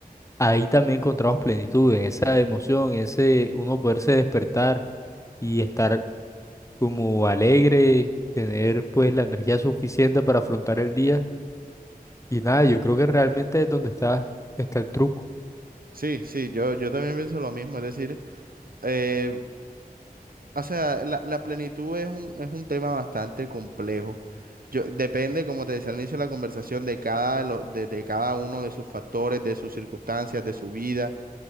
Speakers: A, on the left; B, on the right.
A: ahí también encontramos plenitud, en esa emoción, en ese uno poderse despertar y estar como alegre, tener pues la energía suficiente para afrontar el día. Y nada, yo creo que realmente es donde está, está el truco.
B: Sí, sí, yo, yo también pienso lo mismo. Es decir, eh, O sea, la, la plenitud es un, es un tema bastante complejo. Yo, depende, como te decía al inicio de la conversación, de cada, lo- de, de cada uno de sus factores, de sus circunstancias, de su vida,